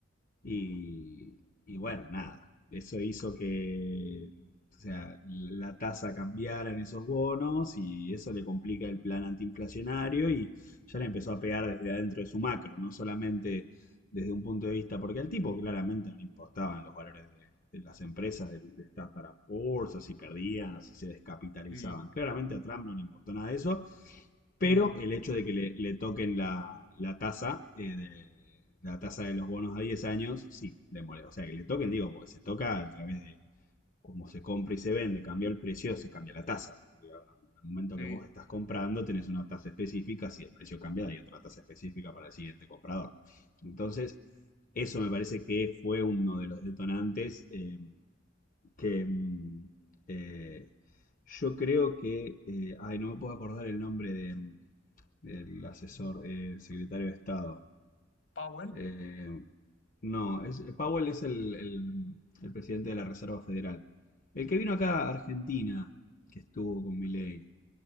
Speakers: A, on the left (about 45°); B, on the left (about 70°).
A: y, y bueno, nada, eso hizo que o sea, la tasa cambiara en esos bonos y eso le complica el plan antiinflacionario y ya le empezó a pegar desde adentro de su macro, no solamente desde un punto de vista, porque al tipo claramente no le importaban los valores de, de las empresas, de, de estar para bolsa, si perdían, si se descapitalizaban.
B: sí,
A: Claramente a Trump no le importó nada de eso pero
B: no,
A: el hecho de que le, le toquen la, la tasa eh, de la tasa de los bonos a 10 años, sí, le molesta. O sea, que le toquen, digo, porque se toca a través de cómo se compra y se vende, cambia el precio, se cambia la tasa. Porque al momento
B: sí.
A: que vos estás comprando, tenés una tasa específica, si el precio cambia, hay otra tasa específica para el siguiente comprador. Entonces, eso me parece que fue uno de los detonantes eh, que mm, eh, yo creo que, eh, ay, no me puedo acordar el nombre de, mm, el asesor, eh, secretario de Estado.
B: Powell.
A: Eh, no, es, Powell es el, el- el presidente de la Reserva Federal. El que vino acá a Argentina, que estuvo con Milei,